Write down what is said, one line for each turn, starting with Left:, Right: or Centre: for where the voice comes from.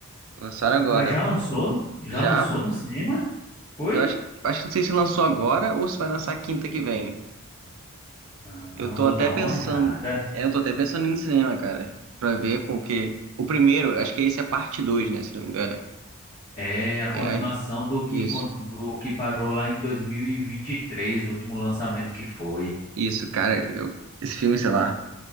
Right: Lançaram agora.
Left: Mas já lançou? Já
Right: Já,
Left: lançou no cinema? Foi?
Right: eu acho, acho que não sei se lançou agora ou se vai lançar quinta que vem.
Left: Ah,
Right: Eu tô
Left: vou
Right: até
Left: dar uma
Right: pensando,
Left: olhada.
Right: é, eu tô até pensando em ir no cinema, cara, pra ver, porque o primeiro, acho que esse é parte 2, né, se não me engano.
Left: É a
Right: Aí,
Left: continuação
Right: aí-
Left: do que,
Right: isso,
Left: con- do que parou lá em dois mil e e vinte e três o último lançamento que foi.
Right: isso, cara, eu, esse filme, sei lá.